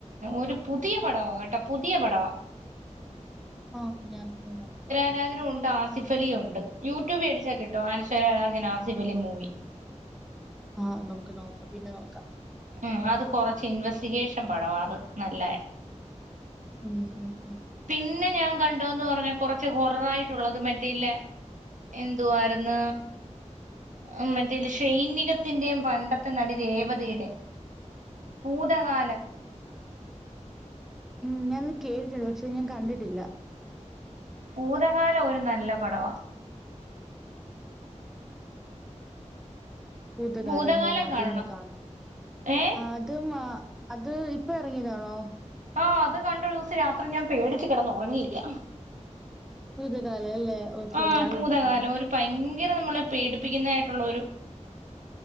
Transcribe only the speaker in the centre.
ആഹ്‌ ഞാൻ ഒന്ന് നോക്കാം
ആഹ്‌ നമുക്ക് നോക്കാം പിന്നെ നോക്കാം
ഉം ഉം ഉം
ഉം ഞാനത് കേട്ടിട്ടുണ്ട് പക്ഷെ ഞാൻ കണ്ടിട്ടില്ല
ഭൂതകാലമോ
അതൊന്ന്
കാണാം
ആ ത് മ അത് ഇപ്പ ഇറങ്ങിയതാണോ?
ഭുതകാല അല്ലേ ഓക്കെ
ഓക്കെ അതൊന്നു
കാണാം.